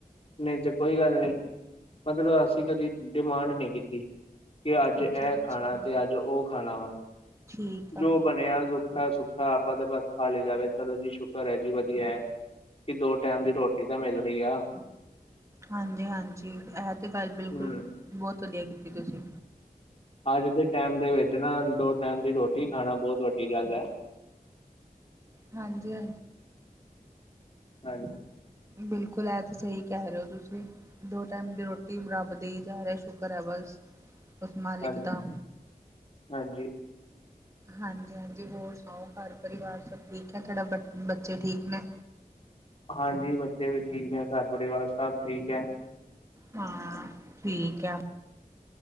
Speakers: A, on the left (about 40°); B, on the right (about 20°).
A: ਨਈ ਤੇ ਕੋਈ ਗੱਲ ਨੀ। ਮਤਲ ਅਸੀ ਕਦੀ ਡਿਮਾਂਡ ਨੀ ਕੀਤੀ ਕਿ ਅੱਜ
B: ਅੱਛਾ
A: ਐ
B: ਅੱਛਾ।
A: ਖਾਣਾ ਤੇ ਅੱਜ ਓ ਖਾਣਾ ਵਾ।
B: ਠੀਕ
A: ਜੋ
B: ਆ
A: ਬਨਿਆ ਰੁੱਖਾ- ਸੁੱਖਾ ਆਪਾ ਤੇ ਬਸ ਖਾ ਲੀ ਦਾ ਵੀ ਚਲੋ ਜੀ ਸ਼ੁਕਰ ਐ ਜੀ ਵਧੀਆ ਐ। ਕਿ ਦੋ ਟੈਮ ਦੀ ਰੋਟੀ ਤਾ ਮਿਲ ਰਈ ਆ।
B: ਹਾਂਜੀ- ਹਾਂਜੀ, ਐ ਤੇ ਗੱਲ ਬਿਲਕੁਲ
A: ਹਮ
B: ਬੌਤ ਵਧੀਆ ਕੀਤੀ ਤੁਸੀ।
A: ਅੱਜ ਦੇ ਟੈਮ ਦੇ ਵਿੱਚ ਨਾ ਦੋ ਟੈਮ ਦੀ ਰੋਟੀ ਖਾਨਾ ਬੌਤ ਵੱਡੀ ਗੱਲ ਐ।
B: ਹਾਂਜੀ ਹਾਂਜ
A: ਹਾਂ
B: ਬਿਲਕੁਲ ਐ ਤੇ ਸਈ ਕੈ ਰੇ ਓ ਤੁਸੀ ਦੋ ਟੈਮ ਦੀ ਰੋਟੀ ਰੱਬ ਦੇਈ ਜਾ ਰਾ ਸ਼ੁਕਰ ਐ ਵਸ ਉਸ ਮਾਲਿਕ
A: ਹਾਂਜੀ
B: ਦਾ।
A: ਹਾਂਜੀ
B: ਹਾਂਜੀ, ਹਾਂਜੀ ਹੋਰ ਸੁਣਾਓ ਘਰ ਪਰਿਵਾਰ ਸਭ ਠੀਕ ਐ ਤਾਡਾ ਬ ਬੱਚੇ ਠੀਕ ਨੇ?
A: ਹਾਂਜੀ ਬੱਚੇ ਵੀ ਠੀਕ ਐ ਘਰ ਪਰਿਵਾਰ ਸਭ ਠੀਕ ਐ
B: ਹਾਂ ਠੀਕ ਐ